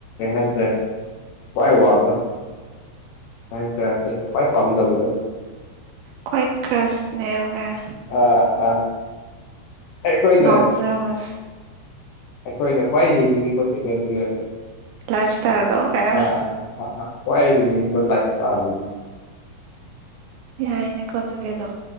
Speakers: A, on the left (about 75°); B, on the right (about 80°).
A: ꯀꯁꯦ ꯋꯥꯏ ꯋꯥꯗꯣ ꯍꯁ ꯍꯚꯥꯏ ꯀꯝꯖꯝꯗ
B: ꯈ꯭ꯋꯥꯏ ꯀ꯭ꯔꯁꯅꯦꯕ ꯀꯥꯏ
A: ꯑ ꯑꯥ ꯑꯩꯈꯣꯏꯅ
B: ꯉꯥꯎꯖꯕ
A: ꯑꯩꯈꯣꯏꯅ ꯈ꯭ꯋꯥꯏ ꯍꯤꯡꯅꯤꯡꯕꯒꯤꯩꯅ ꯑꯗꯨꯅꯦ ꯀ
B: ꯂꯥꯏꯐ ꯏꯁꯇꯥꯏꯜꯗꯣ ꯀꯌꯥ
A: ꯍ ꯂꯥꯏꯐꯇ ꯑꯗꯨ
B: ꯌꯥ ꯏꯅꯦ ꯀ ꯑꯗꯨꯗꯤꯗꯣ